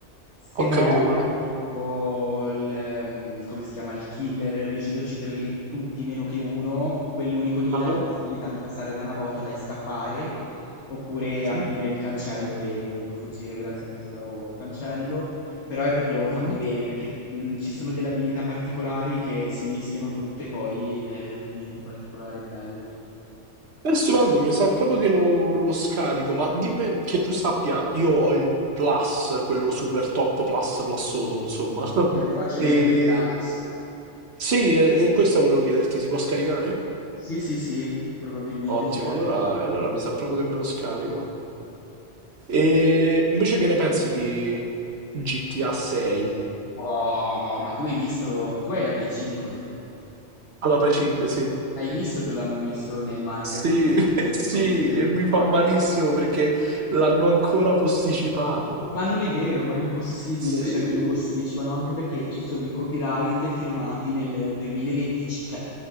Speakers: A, on the left (about 75°); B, on the right (about 65°).
A: Se
B: Ho
A: no,
B: capito qual è.
A: tipo il, ehm, come si chiama, il killer riesce ad ucciderli tutti meno che uno, quell'unico lì
B: Ah,
A: ha la possibilità di passare da una botola e scappare oppure
B: mhm,
A: aprire il cancello e comunque fuggire grazie a questo cancello. Però è proprio fatto
B: mhm.
A: bene perché mh, ci sono delle abilità particolari che si mischiano tutte, poi è veramente particolare e bello.
B: È stupendo, mi sa proprio che lo, lo scarico, ma dimmi che tu sappia, io ho il plus, quello super top plus plussoso, insomma. <laughs>
A: E allora ce l'hai
B: E
A: pure gratis.
B: sì, e, e questo volevo chiederti, si può scaricare?
A: Sì, sì, sì, probabilmente
B: Ottimo,
A: c'è.
B: allora, e allora mi sa proprio che me lo scarico. E invece che ne pensi di GTA 6?
A: Oh, ma tu hai visto, tu hai la Play 5,
B: Alla Play 5, sì.
A: hai visto che l'hanno messo nel marketplace,
B: Sì, <laughs> sì,
A: come...
B: e mi fa
A: ma
B: malissimo
A: que-
B: perché l'hanno ancora posticipato.
A: Ma non è vero, ma è impossibile,
B: Sì.
A: cioè, che lo posticipano, anche perché ci sono i copyright firmati nel 2025, cioè,